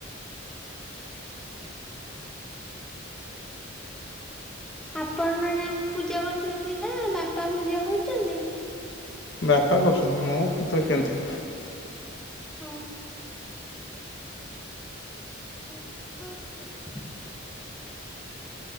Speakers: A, in the centre; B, on the left.
A: ଆପଣ ନନା ହେଇକି ପୂଜା କରୁଚନ୍ତି ନା ବାପା ପୂଜା କରୁଚନ୍ତି?
B: ବାପା କରୁଚନ୍ତି ମୁଁ କେତେବେଳେ କେମିତି।
A: ହଁ ହ। ହ ହଁ ହଁ।